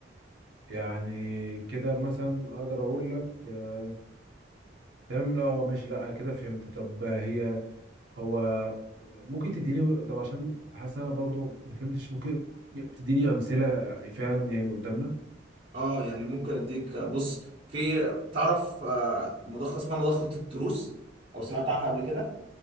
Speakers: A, on the right; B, on the right.
A: يعني كده مثلا أقدر أقول لك آه، تمام لا آه، ماشي لا كده فهمت طب آه، هي هو ممكن تديني طب عشان حاسس أنا برضو ما فهمتش ممكن تديني أمثلة فعلا يعني قدامنا
B: اه يعني ممكن اديك بص في تعرف آه، مضخه اسمها مضخه التروس او سمعت عنها قبل كده